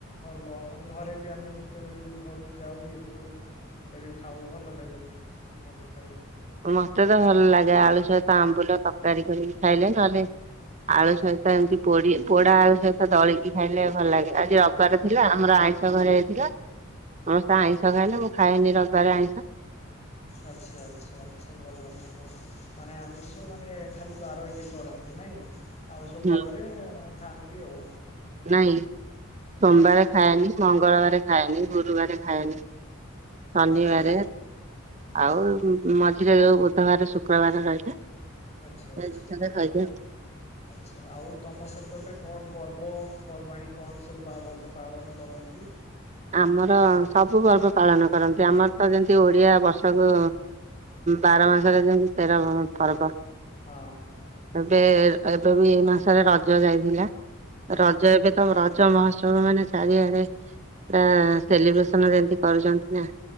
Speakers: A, on the left; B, on the right.
A: ଭଲ ମାନେ ଘରେ ବି ଆମେ ଯେତେବେଳେ ବି ଘରକୁ ଯାଉ ଇଏ କରୁ ଏଇଟା ବି ଖାଉ ଭଲ ଲାଗେ ବହୁତ ବି ଭଲ ଲାଗେ।
B: ମତେ ତ ଭଲ ଲାଗେ ଆଳୁ ସହିତ ଆମ୍ବୁଲ ତକାରୀ କରିକି ଖାଇଲେ ନହେଲେ ଆଳୁ ସହିତ ଏମିତି ପୋଡି ପୋଡା ଆଳୁ ସହିତ ଦଳିକି ଖାଇଲେ ଭଲ ଲାଗେ ଆଜି ରବିବାର ଥିଲା ଆମର ଆ ଆଇଁଷ ଘରେ ହେଇଥିଲା। ସମସ୍ତେ ଆଇଁଷ
A: ଆଚ୍ଛା
B: ଖାଇଲେ ମୁଁ ଖାଏନି ରବିବାରେ ଆଇଁଷ।
A: ଆଚ୍ଛା ଆଚ୍ଛା ଆଚ୍ଛା ଭଲ ଭଲ ମାନେ ଆମିଷ ମାନେ ଖାଲି ବାର ଇଏ କରନ୍ତି ନାଇଁ? ଆଉ ସବୁ
B: ହୁଁ
A: ବାରରେ ଖାଆନ୍ତି ଆଉ।
B: ନାଇଁ ସୋମବାର
A: ଆଚ୍ଛା ଆଚ୍ଛା
B: ଖାଏନି ମଙ୍ଗଳବାର ଖାଏନି ଗୁରୁବାରେ
A: ଆଚ୍ଛା।
B: ଖାଏନି ଶନିବାରେ
A: ଆଚ୍ଛା ଆଚ୍ଛା ଆଚ୍ଛା
B: ଆଉ ମ ଝିରେ ଯୋଉ ଗୋଟେ ବାରେ ଶୁକ୍ରବାରେ ରହିଲା
A: ଆଛା ଆଛା
B: ଏ ଦିଥର ଖାଇଦିଏ
A: ଆଚ୍ଛା ଆଉ ତମ ସେପଟରେ କଣ ପର୍ବପର୍ବାଣୀ କଣ ସବୁ ପା ଭଲ ପାଳନ କରନ୍ତି?
B: ଆମର ସବୁ ପର୍ବ ପାଳନ କରନ୍ତି ଆମର ତ ଯେମିତି ଓଡିଆ ବର୍ଷକୁ
A: ହଁ
B: ବାର ମାସରେ ଯେମତି ତେର ପର୍ବ।
A: ହଁ ହଁ।
B: ଏବେ ଏବେ ବି ଏଇ ମାସରେ ରଜ ଯାଇଥିଲା
A: ହଁ।
B: ରଜ ଏବେ ତ ର ଜ ମହୋତ୍ସବ ମାନେ ଚାରିଆଡେ ପୁରା ସେଲିବ୍ରେସନ ଯେମତି କରୁଛନ୍ତି ନା।